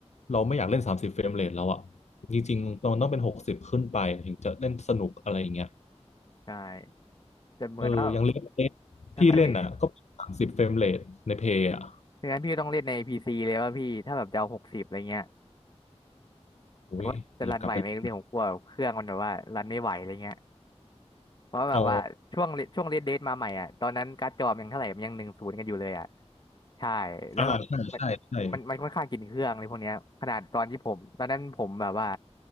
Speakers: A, on the left; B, on the left.
A: เราไม่อยากเล่นสามสิบเฟรมเรทแล้วอ่ะจริงๆมันต้องเป็นหกสิบขึ้นไปถึงจะเล่นสนุกอะไรอย่างเงี้ย
B: ใช่แต่เหมือนว่า
A: เอออย่างเลสเลสพี่เล่นอ่ะก็สามสิบเฟรมเรทในเพย์อ่ะ
B: ทั้งนั้นพี่ทั้งนั้นพี่ต้องเล่นใน PC เลยว่าพี่ ถ้าแบบจะเอาหกสิบอะไรเงี้ย
A: โอ้ยอยากกลับไปเล่น
B: แต่ว่าจะรันไหวไหมเรื่องของกลัวเครื่องมันแบบว่ารันไม่ไหวอะไรเงี้ย เพราะแบบว่าช่วงช่วงเรดเดทมาใหม่อ่ะตอนนั้นการ์ดจอมันยังเท่าไหร่มันยังหนึ่งศูนย์กันอยู่เลยอ่ะ
A: อ๋อ
B: ใช่แล้วแบบ
A: อ่าใช่ใช่ใช่
B: มันมันมันค่อนข้างกินเครื่องในพวกเนี้ยขนาดตอนที่ผมตอนนั้นผมแบบว่า